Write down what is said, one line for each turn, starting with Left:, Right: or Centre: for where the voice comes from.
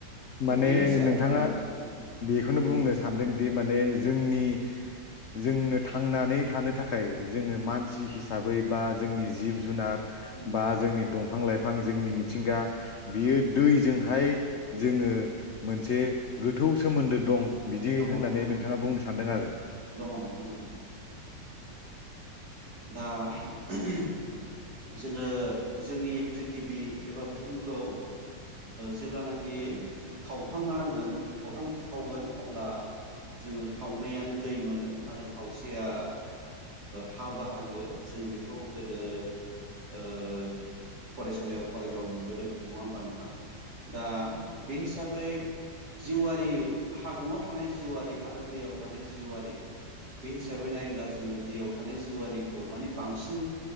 Right: बे
Left: ने
Right: हिसाब
Left: नोंथाङा
Right: ओ
Left: बेखौनो
Right: उम
Left: बुंनो सानदोंदि माने जोंनि जोंनो थांनानै थानो थाखाय जोङो मानसि
Right: उम
Left: हिसाबै बा जोंनि जिब-जुनार
Right: उम
Left: बा जोंनि दंफां-लाइफां बिफां जोंनि मिथिंगा बियो दैजों हाय जोङो मोनसे गोथौ सोमोन्दो दं। बिदि
Right: दङ
Left: होननानै
Right: दङ
Left: नोंथाङा बुंनो सानदों आरो
Right: दङ नोंथां दङ दा <unintelligible> जोङो जोंनि प्रिथिबि एबा बुहुमखौ जेब्लानाखि खावथाम रानांगोन खावथाम बुखावगोन अब्ला जोङो खावनैयानो दै मोनो आरो खावसेया <unintelligible> बाहागो जों बेखौ गोदो ओ फरायसालियाव फरायबा मोनबोदों नङा होमबा नोंथां दा बे हिसाबै जिउआरि हागुआव थानाय जिउआरि आरो दैयाव थानाय जिउआरि बे हिसाबै नायोब्ला जोङो दैयाव थानाय जिउआरिखौ माने बांसिन